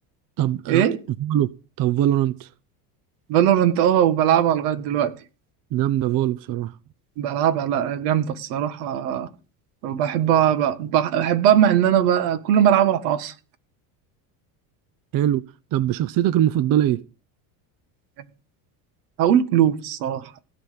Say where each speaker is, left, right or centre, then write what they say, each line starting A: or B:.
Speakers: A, on the right; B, on the right.
A: طب آه،
B: ايه
A: فالو طب فالورانت
B: فالورنت اه وبلعبها لغاية دلوقتي
A: جامده فالو بصراحه
B: بلعبها لا جامدة الصراحة وبحبها ب- بحبها مع ان انا بقى كل ما العبها اتعصب
A: حلو طب شخصيتك المفضله ايه
B: يعني هقول كلوب الصراحة